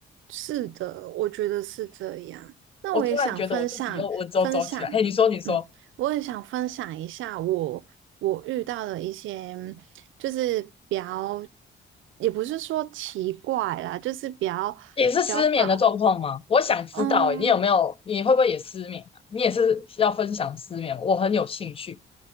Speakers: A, on the right (about 80°); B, on the left (about 30°).
A: 是的，我觉得是这样。那我也想分享分享，
B: 我突然觉得我自己又稳绉绉起来。嘿，你说，你说。
A: 嗯，我也想分享一下我我遇到的一些，就是比较，也不是说奇怪啦，就是比较
B: 也是失眠的状况吗？
A: 比较搞，
B: 我想知道、
A: 嗯，
B: 欸你有没有？你会不会也失眠啊？你也是要分享失眠我很有兴趣。